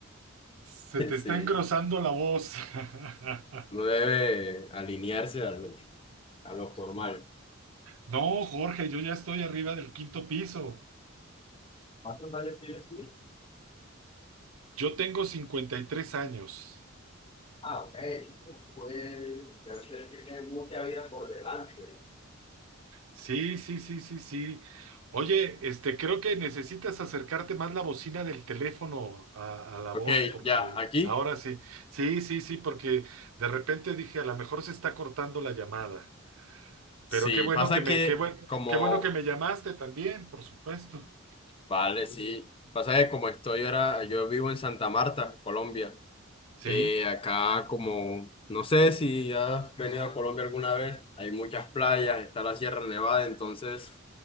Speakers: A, on the right; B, on the left.
A: se
B: <laughs>
A: te
B: sí,
A: está engrosando la voz. <laughs>
B: uno debe alinearse a lo, a lo formal.
A: No, Jorge, yo ya estoy arriba del quinto piso.
B: ¿Cuántos años tienes tú?
A: Yo tengo 53 años.
B: Ah, ok. Pues ya usted tiene mucha vida por delante.
A: Sí, sí, sí, sí, sí. Oye, este, creo que necesitas acercarte más la bocina del teléfono a, a la
B: Ok,
A: voz, porque
B: ya, aquí.
A: ahora sí, sí, sí, sí, porque de repente dije, a lo mejor se está cortando la llamada.
B: Sí,
A: Pero qué bueno
B: pasa
A: que me,
B: que
A: qué bueno,
B: como,
A: qué bueno que me llamaste también, por supuesto.
B: vale, sí, pasa que como estoy ahora, yo vivo en Santa Marta, Colombia.
A: Sí.
B: Eh, acá como, no sé si has venido a Colombia alguna vez, hay muchas playas, está la Sierra Nevada, entonces